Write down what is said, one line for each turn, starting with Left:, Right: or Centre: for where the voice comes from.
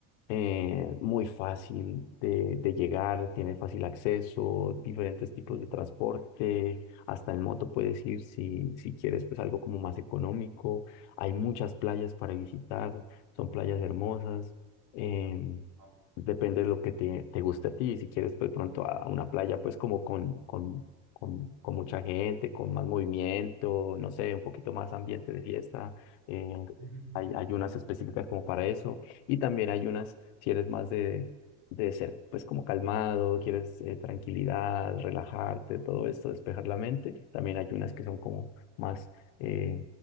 Left: Eh, muy fácil de, de llegar, tiene fácil acceso, diferentes tipos
Right: Ujú.
Left: de transporte. Hasta en moto puedes ir si, si quieres pues algo como más económico. Hay muchas playas para visitar, son playas hermosas. em,
Right: Ah,
Left: depende de lo que te, te guste a ti. Si quieres, pues pronto a una playa, pues como con, con, con, con mucha gente, con más movimiento, no sé, un poquito más ambiente de fiesta. eh,
Right: Ujú.
Left: hay, hay unas específicas como para eso. Y también hay unas, si eres más de, de ser pues como calmado, quieres eh, tranquilidad, relajarte, todo esto, despejar la mente. También hay unas que son como más... eh,